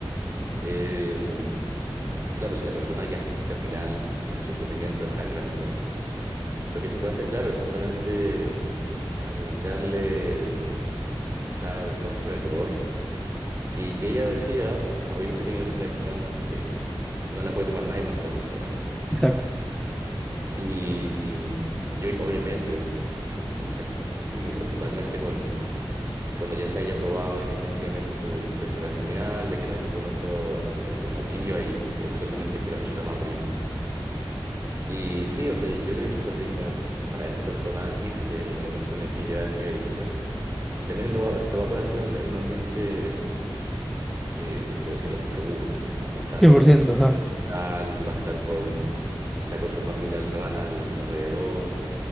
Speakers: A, on the right; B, in the centre.
A: Eh, claro, si la persona ya es terminal, si su sufrimiento es tan grande Lo que se puede hacer, claro, es justamente administrarle quizá cosas para el dolor y que ella decida, o sea, obviamente tiene que ser una decisión que no la puede tomar nadie más que la persona.
B: exacto,
A: Y, y ob- obviamente, es, es- esa- sí, totalmente con, cuando ya se haya probado de que efectivamente su enfermedad es terminal, de que no hay ninguna otra alternativa y es solamente que la persona va a morir. Y sí, o sea, yo, yo creo que es súper digno para esa persona irse en el momento en el que ella decida irse. Y también lo va, lo va a poder hacer en, en un ambiente, eh, por decirlo así, seguro. O sea, va a estar
B: 100%, ajá.
A: en un hospital, va a estar con, quizá con su familia al ra- al- alrededor,